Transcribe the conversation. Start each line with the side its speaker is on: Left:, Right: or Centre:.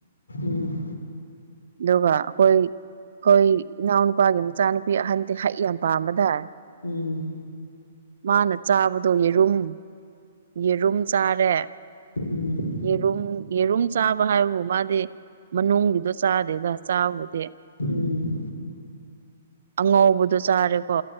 Left: ꯎꯝ꯫
Right: ꯗꯨꯒ ꯑꯩꯈꯣꯏ ꯑꯩꯈꯣꯏ ꯏꯅꯥꯎꯅꯨꯄꯥꯒꯤ ꯃꯆꯥꯅꯨꯄꯤ ꯑꯍꯟꯗꯤ ꯍꯩ ꯌꯥꯝ ꯄꯥꯝꯕꯗꯥꯏ꯫
Left: ꯎꯝ꯫
Right: ꯃꯥꯅ ꯆꯥꯕꯗꯣ ꯌꯦꯔꯨꯝ ꯌꯦꯔꯨꯝ ꯆꯥꯔꯦ꯫
Left: ꯎꯝ꯫
Right: ꯌꯦꯔꯨꯝ ꯌꯦꯔꯨꯝ ꯆꯥꯕ ꯍꯥꯏꯕꯕꯨ ꯃꯥꯗꯤ ꯃꯅꯨꯡꯒꯤꯗꯣ ꯆꯥꯗꯦꯗ ꯆꯥꯕꯨꯗꯤ꯫
Left: ꯎꯝ꯫
Right: ꯑꯉꯧꯕꯗꯣ ꯆꯥꯔꯦꯀꯣ꯫